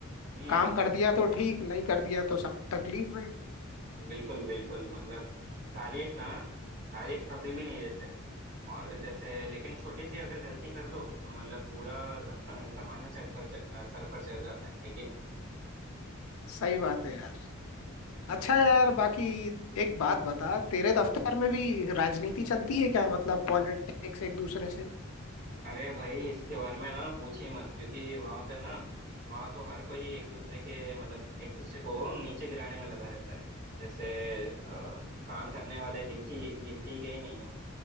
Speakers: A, on the right; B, on the left.
A: हम्म
B: काम कर दिया तो ठीक नहीं कर दिया तो सब तकलीफ भाई
A: बिल्कुल बिल्कुल मतलब तारीफ ना तारीफ कभी भी नहीं देते और जैसे लेकिन छोटी सी अगर गलती कर दो तो मतलब पूरा जमा, <laughs> जमाना चढ़ पर जा- सर पर चढ़ जाता है लेकिन
B: सही बात है यार अच्छा यार बाकी एक बात बता तेरे दफ्तर में भी राजनीति चलती है क्या मतलब पॉलिटिक्स एक दूसरे से <laughs>
A: अरे भाई इसके बारे में ना पूछ ही मत क्योंकि वहां पे ना वहां तो हर कोई एक दूसरे के मतलब एक दूसरे को नीचे गिराने में लगा रहता है जैसे अ, काम करने वाले गिनती गिनती के ही नहीं हो